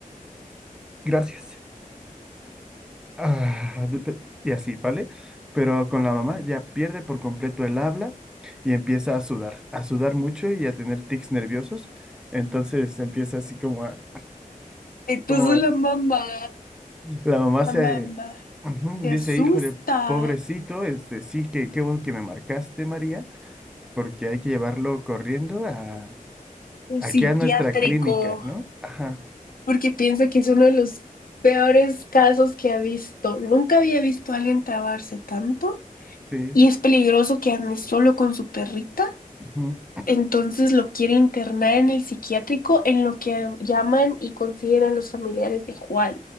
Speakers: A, in the centre; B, on the left.
A: gracias, ah, de- de- y así, ¿vale? Pero con la mamá ya pierde por completo el habla y empieza a sudar, a sudar mucho y a tener tics nerviosos. Entonces empieza así como a,
B: Entonces
A: Como
B: la mamá,
A: la mamá
B: la
A: se
B: mamá
A: ujú,
B: se
A: dice,
B: asusta,
A: híjole, pobrecito, este, sí, que qué bueno que me marcaste, María, porque hay que llevarlo corriendo a,
B: un
A: aquí
B: psiquiátrico,
A: a nuestra clínica, ¿no? Ajá,
B: porque piensa que es uno de los peores casos que ha visto. Nunca había visto a alguien trabarse tanto
A: sí.
B: y es peligroso que ande solo con su perrita
A: ujú.
B: Entonces lo quiere internar en el psiquiátrico en lo que llaman y consideran los familiares de Juan.